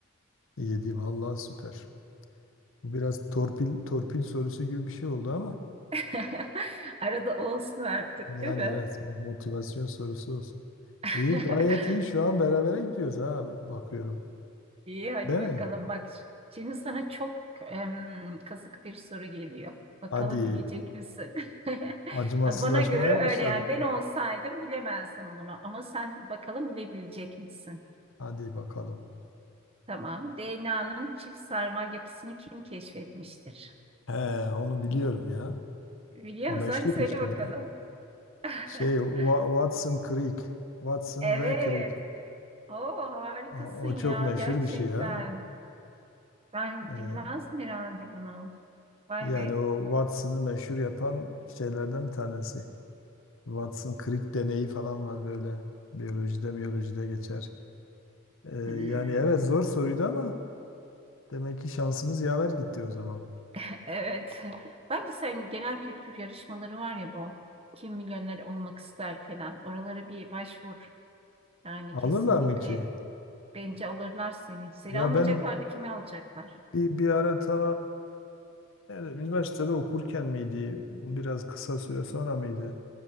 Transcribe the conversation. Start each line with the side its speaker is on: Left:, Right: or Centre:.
Left: Yedi vallahi süper. Bu biraz torpil torpil sorusu gibi bir şey oldu ama
Right: <laughs> Arada olsun artık,
Left: yani
Right: değil mi?
Left: evet motivasyon sorusu olsun.
Right: <laughs>
Left: İyi gayet iyi şu an berabere gidiyoruz ha bakıyorum.
Right: İyi, hadi
Left: Değil
Right: bakalım.
Left: mi?
Right: Bak, şimdi sana çok em, kazık bir soru geliyor. Bakalım
Left: Hadi
Right: bilecek misin? <laughs>
Left: acımasızlaşmaya
Right: Bana göre öyle
Left: başladın.
Right: yani ben
Left: Ha.
Right: olsaydım bilemezdim bunu ama sen bakalım bilebilecek misin?
Left: Hadi bakalım.
Right: Tamam. DNA'nın çift sarmal yapısını kim keşfetmiştir?
Left: He onu biliyorum ya.
Right: Biliyor
Left: O
Right: musun?
Left: meşhur
Right: Hadi söyle
Left: bir şey
Right: bakalım.
Left: ya.
Right: <laughs>
Left: Şey Wa- Watson Creek. Watson
Right: Evet.
Left: ve Creek.
Right: Oo harikasın
Left: O, o
Right: ya
Left: çok meşhur
Right: gerçekten.
Left: bir şey ya.
Right: Ben
Left: Ee,
Right: bilmezdim herhalde bunu. Vay
Left: Yani
Right: be.
Left: o Watson'ı meşhur yapan şeylerden bir tanesi. Watson krik deneyi falan var böyle. Biyolojide miyolojide geçer. Ee, yani
Right: Hmm,
Left: evet zor soruydu ama demek ki şansımız yaver gitti o zaman.
Right: <laughs> Evet. Bence sen genel kültür yarışmaları var ya bu. Kim milyoner olmak ister falan. Oralara bir başvur. Yani
Left: Alırlar
Right: kesinlikle
Left: mı ki?
Right: bence alırlar seni. Seni
Left: Ya
Right: almayacaklar
Left: ben
Right: da kimi alacaklar?
Left: bir, bir ara ta nerede, üniversitede okurken miydi? Biraz kısa süre sonra mıydı?